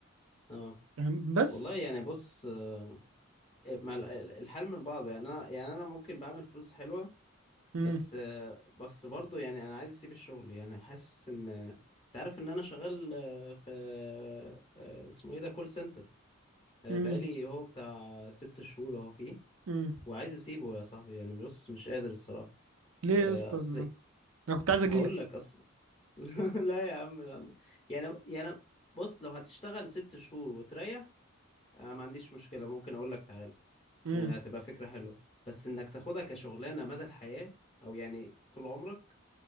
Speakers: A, on the left; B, on the right.
A: اه
B: فاهم؟ بس
A: والله يعني بص آه، مع ال- الحال من بعضه يعني انا يعني انا ممكن بعمل فلوس حلوة
B: مم.
A: بس آه، بس برضه يعني انا عايز اسيب الشغل يعني حاسس ان انت عارف ان انا شغال آه، في آه، اسمه ايه ده كول سنتر بقالي
B: مم.
A: هو بتاع ست شهور اهو فيه
B: مم.
A: وعايز اسيبه يا صاحبي يعني بص مش قادر الصراحه
B: ليه
A: آه،
B: يا اسطى
A: اصل
B: ده؟ انا كنت عايز اجيلك
A: هقول لك اصل <laughs> لا يا عم لا يعني يعني بص لو هتشتغل ست شهور وتريح انا ما عنديش مشكله ممكن اقول لك تعال
B: مم.
A: يعني هتبقى فكره حلوه بس انك تاخدها كشغلانه مدى الحياه او يعني طول عمرك